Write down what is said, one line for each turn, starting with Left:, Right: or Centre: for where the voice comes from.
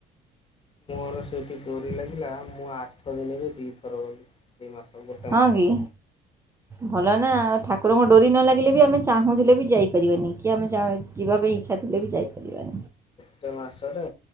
Left: ମୋର ସେଇଠି ଡୋରି ଲାଗିଲା ମୁଁ ଆଠ ଦିନରେ ଦିଥର ଗଲି। ଦି ମାସ ଗୋଟେ
Right: ହଁ
Left: ମାସରେ।
Right: କି ଭଲ ନା ଆଉ ଠାକୁରଙ୍କ ଡୋରି ନ ଲାଗିଲେ ବି ଆମେ ଚାହୁଁଥିଲେ ବି ଯାଇପାରିବାନି। କି ଆମେ ଯା ଯିବା ପାଇଁ ଇଚ୍ଛା ଥିଲେ ବି ଯାଇପାରିବାନି।
Left: ଗୋଟେ ମାସରେ